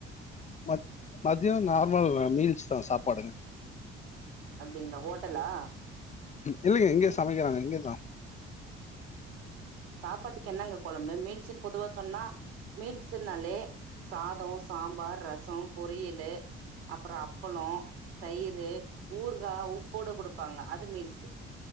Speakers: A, on the left; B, on the right.
A: மத் மதியோ நார்மல் மீல்ஸ் தா சாப்பாடுங்க
B: அப்டிங்களா ஓட்டலா
A: இல்லைங்க இங்கயே சமைக்கறாங்க இங்கதா
B: ப்பாட்டுக்கு என்னங்க கொழம்பு மீல்ஸுன் பொதுவா சொன்னா மீல்ஸுனாலே சாதோ சாம்பார் ரசோ பொரியலு அப்பறோ அப்பளோ தயிரு ஊறுகா உப்போட குடுப்பாங்க அது மீல்ஸு